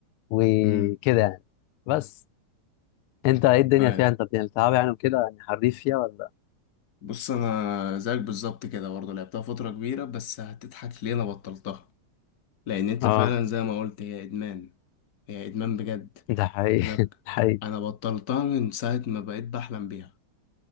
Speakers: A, on the left; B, on the left.
A: وكده
B: امم
A: يعني بس انت ايه الدنيا
B: ايوه
A: فيها انت بتلعب يعني وكده يعني حريف فيها ولا
B: بص انا زيك بالظبط كده برضه لعبتها فترة كبيرة بس هتضحك ليه انا بطلتها لان انت
A: اه
B: فعلا زي ما قلت هي ادمان هي ادمان بجد
A: ده حقيقي
B: انا ك-
A: <laughs> ده حقيقي
B: انا بطلتها من ساعه ما بقيت بحلم بيها